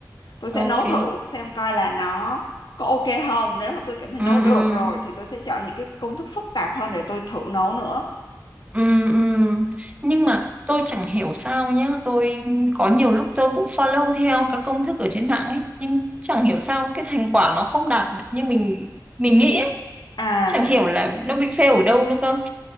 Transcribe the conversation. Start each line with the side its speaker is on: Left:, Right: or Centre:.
Left: tôi sẽ
Right: ok
Left: nấu thử xem coi là nó có ok không nếu mà tôi cảm thấy
Right: ừ
Left: nấu được rồi thì tôi sẽ chọn những cái công thức phức tạp hơn để tôi thử nấu nữa
Right: ừ ừ ừ nhưng mà tôi chẳng hiểu sao nhá tôi có nhiều lúc tôi cũng follow theo các công thức ở trên mạng ấy nhưng chẳng hiểu sao cái thành quả nó không đạt được như mình mình nghĩ ấy.
Left: à
Right: chẳng hiểu là nó bị fail ở đâu nữa cơ